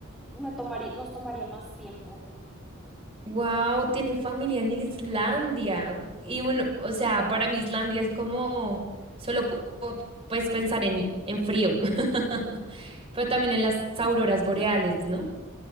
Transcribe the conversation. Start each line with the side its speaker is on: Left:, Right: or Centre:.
Centre: me tomaría, nos tomaría más tiempo.
Right: Wow, tienen familia en Islandia. Y bueno, o sea, para mí Islandia es como solo puedo pues pensar en, en frío. <laughs> Pero también en las auroras boreales, ¿no?